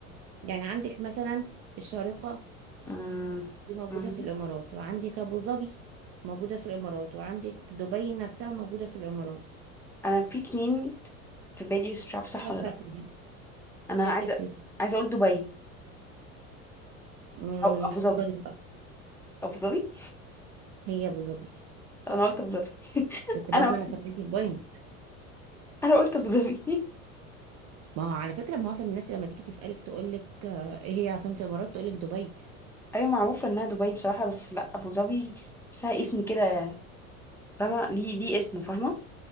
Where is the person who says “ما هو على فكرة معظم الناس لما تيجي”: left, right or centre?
Right